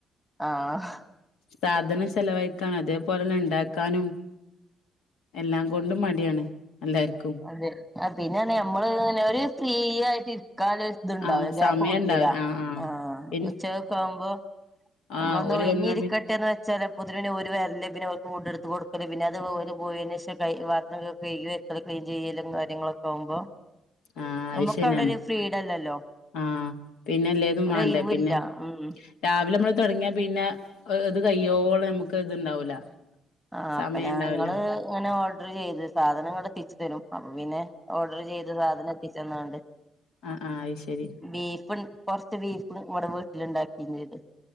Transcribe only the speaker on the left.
സാധനം ചെലവഴിക്കാനും അതേ പോലെന്നെ ഉണ്ടാക്കാനും എല്ലാം കൊണ്ടും മടിയാണ് എല്ലാർക്കും
ആ
സമയം
ഉണ്ടാവ
പി
ആ
ഓല്
വന്നാ പി
ആ അത്
ശരിയാണ്
ആ പിന്നെല്ലേതും
വേണ്ടേ പിന്നെ
രാവിലെ നമ്മള് തുടങ്ങിയാ പിന്നെ ഇത് കയ്യോളം നമുക്ക് ഇത്ണ്ടാവൂല
സമയം
ഉണ്ടാവില്ല
ആഹ് ആഹ് അയ് ശരി